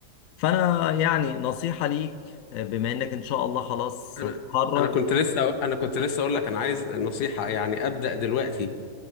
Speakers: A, on the left (about 70°); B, on the left (about 85°).
A: فانا يعني نصيحة ليك بما انك ان شاء الله خلاص
B: انا
A: هتتخرج
B: انا كنت لسه انا كنت لسه اقول لك انا عايز نصيحة يعني ابدا دلوقتي أ-